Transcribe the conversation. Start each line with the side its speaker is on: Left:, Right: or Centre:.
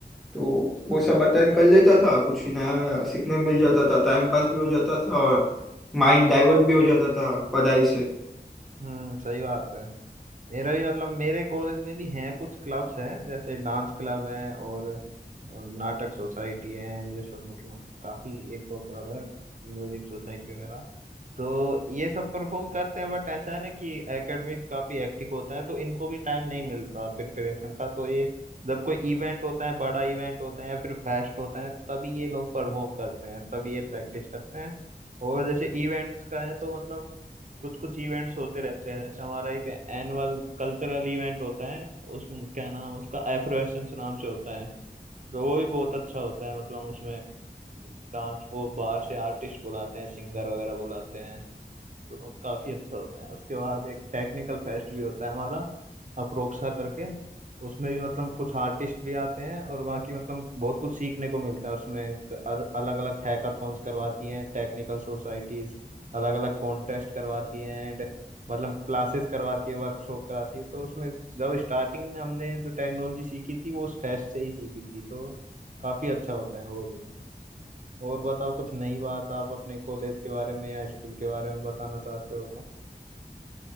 Centre: तो
Right: अच्छा
Centre: वो सब अटेंड कर लेता था कुछ नया सीखने मिल जाता था टाइम पास भी हो जाता था और माइंड डाइवर्ट भी हो जाता था पढ़ाई से
Right: हम्म सही बात है मेरा भी मतलब मेरे कॉलेज में भी हैं कुछ क्लब्स हैं जैसे डांस क्लब है और और नाटक सोसाइटी है ये सब मतलब काफी एक दो क्लब है म्यूजिक सोसाइटी वगैरह तो ये सब परफॉर्म करते हैं बट ऐसा है ना कि एकेडमिक्स काफी एक्टिव होता है तो इनको भी टाइम नहीं मिलता प्रिपरेशन का तो ये जब कोई इवेंट होता है बड़ा इवेंट होता है या फिर फेस्ट होता है तभी ये लोग परफॉर्म करते हैं तभी ये प्रैक्टिस करते हैं और जैसे इवेंट्स का है तो मतलब कुछ कुछ इवेंट्स होते रहते हैं जैसे हमारा एक एनुअल कल्चरल इवेंट होता है उस क्या नाम उसका एफ्रोएसेंस नाम से होता है तो वो भी बहुत अच्छा होता है मतलब उसमें डांस वो बाहर से आर्टिस्ट बुलाते हैं सिंगर वगैरह बुलाते हैं तो काफी अच्छा होता है उसके बाद एक टेक्निकल फेस्ट भी होता है हमारा अप्रोक्सा करके उसमें भी मतलब कुछ आर्टिस्ट भी आते हैं और बाकी मतलब बहुत कुछ सीखने को मिलता है उसमें अलग अलग हैकाथॉन्स करवाती हैं टेक्निकल सोसाइटीज अलग अलग कॉन्टेस्ट करवाती हैं एंड मतलब क्लासेस करवाती है वर्कशॉप कराती है तो उसमें जब स्टार्टिंग में हमने जो टेक्नोलॉजी सीखी थी वो उस फेस्ट से ही सीखी थी तो काफी अच्छा होता है वो भी और बताओ कुछ नई बात आप अपने कॉलेज के बारे में या स्कूल के बारे में बताना चाहते हो तो?